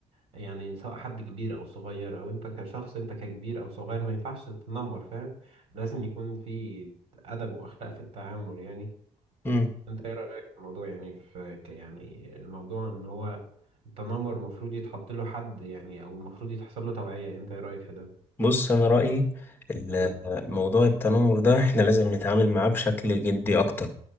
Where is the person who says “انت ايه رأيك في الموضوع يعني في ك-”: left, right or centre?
Right